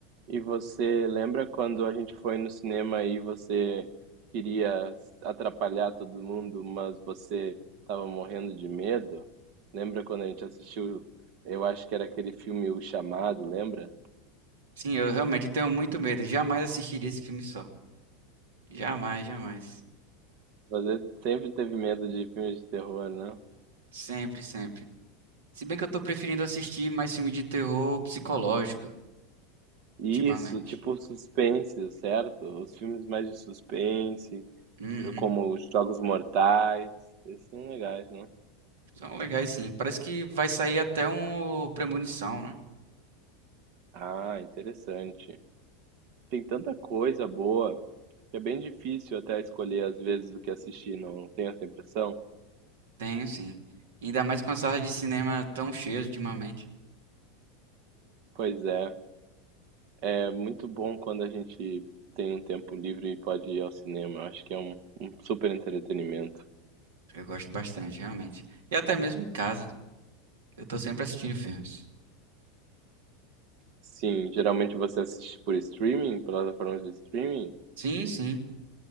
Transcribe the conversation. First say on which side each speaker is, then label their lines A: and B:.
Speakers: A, on the right; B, on the right.
A: E você lembra quando a gente foi no cinema e você queria atrapalhar todo mundo, mas você estava morrendo de medo? Lembra quando a gente assistiu, eu acho que era aquele filme O Chamado, lembra?
B: Sim, eu realmente tenho muito medo, jamais assistiria esse filme só. Jamais, jamais.
A: Você sempre teve medo de filmes de terror, não?
B: Sempre, sempre. Se bem que eu tô preferindo assistir mais filme de terror psicológico,
A: Isso,
B: ultimamente.
A: tipo suspense, certo? Os filmes mais de suspense,
B: Uhum.
A: como os Jogos Mortais, esses são legais, não?
B: São legais, sim. Parece que vai sair até um Premonição, né?
A: Ah, interessante. Tem tanta coisa boa que é bem difícil até escolher às vezes o que assistir, não tem essa impressão?
B: Tenho, sim. Ainda mais com a sala de cinema tão cheia ultimamente.
A: Pois é, é muito bom quando a gente tem um tempo livre e pode ir ao cinema. Eu Acho que é um, um super entretenimento.
B: Eu gosto bastante, realmente. E até mesmo em casa, eu tô sempre assistindo filmes.
A: Sim, geralmente você assiste por streaming, plataformas de streaming?
B: Sim, sim.